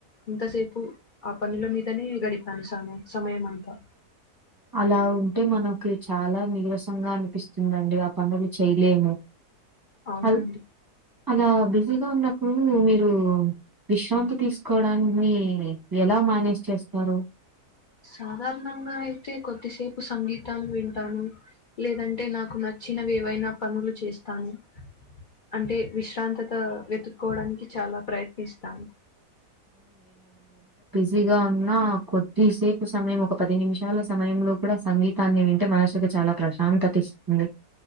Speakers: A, on the left; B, on the right.
A: ఇంతసేపు ఆ పనుల మీదనే గడిపాను సమయం సమయం అంతా
B: అలా ఉంటే మనకు చాలా నీరసంగా అనిపిస్తుందండి ఆ పనులు చేయలేము
A: అవునండి
B: అల్ అలా బిజీగా ఉన్నప్పుడు మీరు విశ్రాంతి తీసుకోవడాన్ని ఎలా మానేజ్ చేస్తారు
A: సాధారణంగా అయితే కొద్దిసేపు సంగీతం వింటాను లేదంటే నాకు నచ్చినవి ఏవైనా పనులు చేస్ టాను అంటే విశ్రాంతత వెతుక్కోవడానికి చాలా ప్రయత్నిస్తాను
B: బిజి గా ఉన్నా కొద్దిసేపు సమయం ఒక పది నిమిషాల సమయంలో కూడా సంగీతాన్ని వింటే మనసుకి చాలా ప్రశాంతత ఇస్తుంది